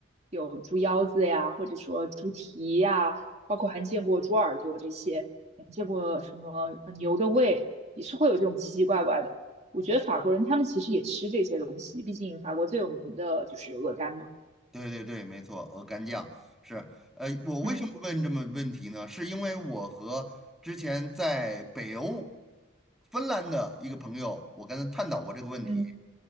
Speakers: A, on the right; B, in the centre.
A: 有猪腰子呀，或者说猪蹄呀，包括还见过猪耳朵这些，还见过什么呃牛的胃，也是会有这种奇奇怪怪的。我觉得法国人他们其实也吃这些东西，毕竟法国最有名的就是鹅肝嘛。
B: 对对对，没错，鹅肝酱是。呃，我为什么问这么问题呢？
A: 嗯
B: 是因为我和之前在北欧芬兰的一个朋友，我跟他探讨过这个问题。
A: 嗯